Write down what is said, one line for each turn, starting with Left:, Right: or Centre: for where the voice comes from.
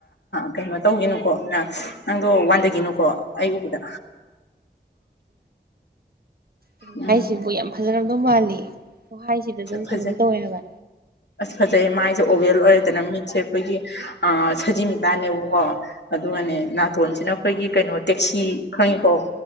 Left: ꯀꯩꯅꯣ ꯇꯧꯒꯤꯅꯨꯀꯣ ꯅꯪ ꯅꯪꯗꯣ ꯋꯥꯟꯒꯅꯨ ꯀꯣ ꯑꯩ ꯎꯕꯗ
Right: ꯏꯃ
Left: ꯎꯝ
Right: ꯍꯥꯏꯁꯤꯕꯨ ꯌꯥꯝ ꯐꯖꯔꯝꯗꯧ ꯃꯥꯜꯂꯤ ꯄꯣꯍꯥꯏꯁꯤꯗ ꯑꯗꯨꯝ
Left: ꯐꯖꯩ
Right: ꯀꯩꯅꯣꯝ ꯇꯧꯋꯦ ꯍꯥꯏꯕ
Left: ꯑꯁ ꯐꯖꯩ ꯃꯥꯏꯁꯦ ꯑꯣꯕꯦꯜ ꯑꯣꯏꯔꯦꯗꯅ ꯃꯤꯠꯁꯦ ꯑꯩꯈꯣꯏꯒꯤ ꯑ ꯁꯖꯤꯃꯤꯇꯥꯅꯦꯕꯀꯣ ꯑꯗꯨꯒꯅꯦ
Right: ꯎꯝ
Left: ꯅꯥꯇꯣꯟꯁꯤꯅ ꯑꯩꯈꯣꯏꯒꯤ ꯀꯩꯅꯣ ꯇꯦꯛꯁꯤ ꯈꯪꯉꯤꯀꯣ